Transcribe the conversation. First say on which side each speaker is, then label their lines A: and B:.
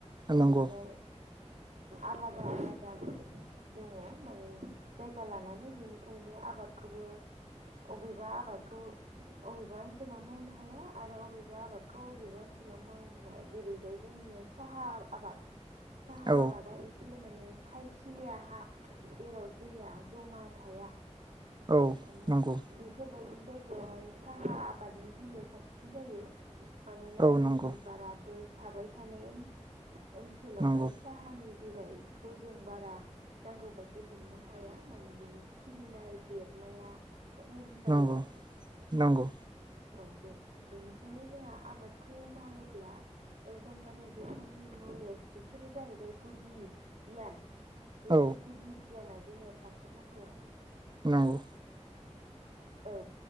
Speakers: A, on the right (about 35°); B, on the right (about 85°).
A: नंगौ
B: ओरैजाय आलादा आलादा दङ माने जायगा लानानै बेनिखायनो आबादखौबो अबेबा आबादखौ अबेबा ओनसोलाव मावनो हाया आरो अबेबा आबादखौ अबेबा ओनसोलाव मावनो हाया। जेरै जाय जोंनियाव साहा आबाद साहा
A: औ
B: आबादा- इसे माने खायसिलिया हा जेराव दैया जमा थाया।
A: औ
B: माने
A: नंगौ
B: बेफोरबायदि जायगायावहाय साहा आबादनि बिलाया साबसिन जायो। माने नांगौनि
A: औ नंगौ
B: बारा दै थाबाय थानाय ओनसोलावहाय
A: नंगौ
B: साहानि बिलाइखौ जों बारा नांगौ बायदि मोननो हाया माने बिनि खिलिनाय देरनाया खम जायो
A: नंगौ
B: आरो
A: नंगौ।
B: औ बे-बेनिखायनो जोंहा आबादखौ मावोब्ला एकदमबारे बेफोरनि नलेज बिसोरो जाहैबाय गुदि गियान। बेफोर
A: औ
B: गुदि गियाना जोंनाव थाथारनांगौ आरो।
A: नंगौ।
B: औ